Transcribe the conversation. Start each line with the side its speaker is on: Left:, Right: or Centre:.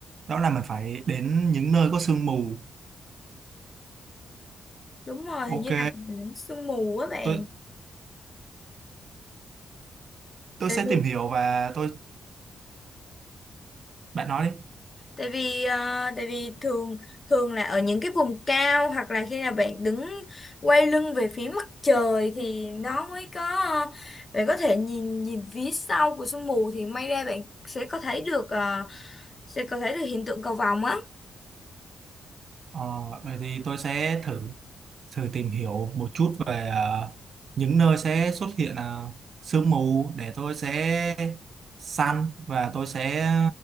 Right: đó là mình phải đến những nơi có sương mù
Left: đúng rồi
Right: ok
Left: hình như là sương mù á bạn
Right: tôi tôi
Left: tại
Right: sẽ
Left: vì
Right: tìm hiểu và tôi Bạn nói đi.
Left: tại vì ờ, tại vì thường thường là ở những cái vùng cao hoặc là khi nào bạn đứng quay lưng về phía mặt trời thì nó mới có ờ, bạn có thể nhìn nhìn phía sau của sương mù thì may ra bạn sẽ có thấy được ờ, sẽ có thấy được hiện tượng cầu vồng á
Right: Ờ, vậy thì tôi sẽ thử thử tìm hiểu một chút về ờ, những nơi sẽ xuất hiện ờ, sương mù để tôi sẽ săn và tôi sẽ